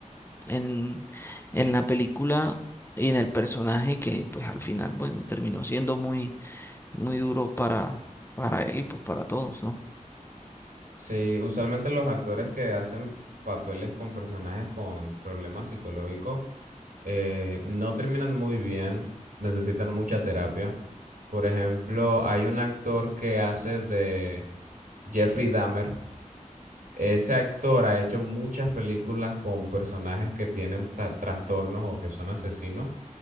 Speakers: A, on the left (about 15°); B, on the right (about 85°).
A: en, en la película y en el personaje que pues al final, bueno, terminó siendo muy, muy duro para, para él y pues para todos, ¿no?
B: Sí, usualmente los actores que hacen papeles con personajes con problemas psicológicos eh, no terminan muy bien, necesitan mucha terapia. Por ejemplo, hay un actor que hace de Jeffrey Dahmer. Ese actor ha hecho muchas películas con personajes que tienen ta- trastornos o que son asesinos